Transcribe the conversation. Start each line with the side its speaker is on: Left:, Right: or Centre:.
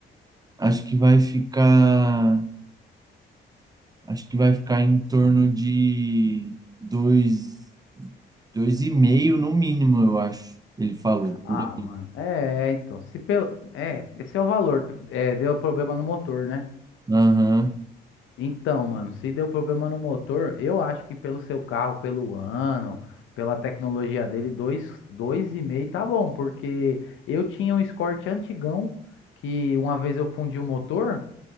Right: Acho que vai ficar. Acho que vai ficar em torno de dois, dois e meio no mínimo, eu acho. Ele falou.
Left: Ah,
Right: por aí.
Left: mano. É, então. Se pelo... É, esse é o valor. É, deu problema no motor, né?
Right: Aham.
Left: Então, mano, se deu problema no motor, eu acho que pelo seu carro, pelo ano, pela tecnologia dele, dois, dois e meio tá bom, porque eu tinha um Escort antigão que uma vez eu fundi o motor.